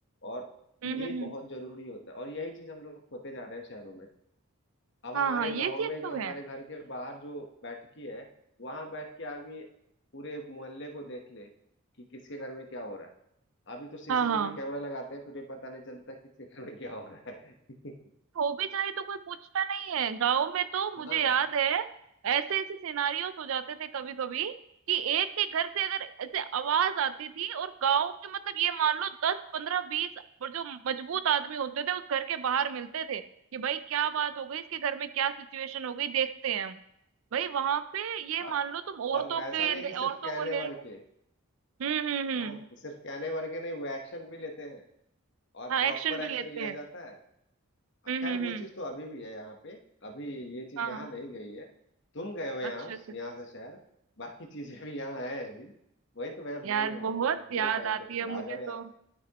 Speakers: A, on the left; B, on the right.
A: और
B: हम्म
A: ये
B: हम्म हम्म।
A: बहुत जरूरी होता है और यही चीज हम लोग खोते जा रहे हैं शहरों में अब
B: हाँ
A: हमारे
B: हाँ ये
A: गांव
B: चीज
A: में
B: तो
A: जो हमारे
B: है
A: घर के बाहर जो बैठकी है वहां बैठ के आदमी पूरे मोहल्ले को देख ले कि किसके घर में क्या हो रहा है अभी तो सीसीटीवी
B: हाँ हाँ
A: कैमरा लगाते हैं फिर भी पता नहीं चलता किसके घर में क्या हो रहा है
B: हो भी जाए तो कोई पूछता नहीं है गांव में तो मुझे
A: <laughs> हाँ
B: याद है ऐसे ऐसे सिनारियोस हो जाते थे कभी कभी कि एक के घर से अगर ऐसे आवाज आती थी और गांव के मतलब ये मान लो दस पंद्रह बीस और जो मजबूत आदमी होते थे उस घर के बाहर मिलते थे कि भाई क्या बात हो गई इसके घर में क्या सिचुएशन हो गई देखते हैं हम भाई वहां पे ये
A: और
B: मान लो तुम औरतों
A: और ऐसा
B: के
A: नहीं
B: ले-
A: कि सिर्फ
B: औरतों
A: कहने
B: को ले
A: भर
B: लो
A: के
B: हम्म हम्म हम्म
A: हाँ कि सिर्फ कहने भर के नहीं वो एक्शन भी लेते हैं और
B: हाँ
A: प्रॉपर
B: एक्शन भी
A: एक्शन
B: लेते
A: लिया
B: हैं
A: जाता है
B: हम्म
A: खैर
B: हम्म
A: वो
B: हम्म
A: चीज तो अभी भी है यहाँ पे अभी ये चीज
B: हाँ
A: यहाँ नहीं गई है तुम गए हो यहाँ
B: अच्छा अच्छा
A: यहाँ से शहर बाकी चीजें भी यहाँ है अभी वही तो मैं
B: यार
A: बोल रहा हूँ
B: बहुत
A: अगर
B: याद
A: हो टाइम
B: आती
A: तो फिर
B: है मुझे
A: आ जाओ
B: तो
A: यार